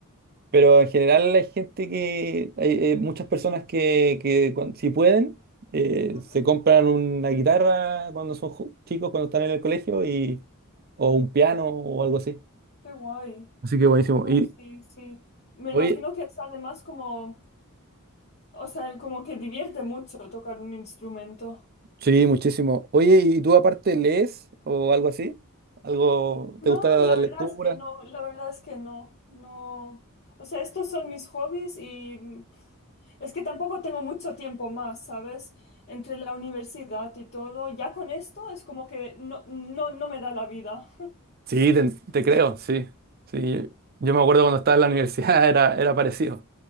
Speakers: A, on the right; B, on the left.
A: pero en general hay gente que, hay, eh, muchas personas que, que cuan- si pueden, eh,
B: Ujú,
A: se compran una guitarra cuando son ju- chicos, cuando están en el colegio, y, o un piano o algo así.
B: Qué guay.
A: Así que buenísimo.
B: No,
A: Y,
B: sí, sí. Me
A: oye,
B: imagino que es además como, o sea, como que divierte mucho tocar un instrumento.
A: sí, muchísimo. Oye, ¿y tú aparte lees o algo así? ¿Algo
B: No,
A: te gusta
B: la
A: la
B: verdad
A: lectura?
B: es que no, la verdad es que no, no. O sea, estos son mis hobbies y mm, pf, es que tampoco tengo mucho tiempo más, ¿sabes? Entre la universidad y todo, ya con esto es como que no, no, no me da la vida.
A: Sí, te, te creo, sí. Sí, yo me acuerdo cuando estaba en la universidad <laughs> era, era parecido.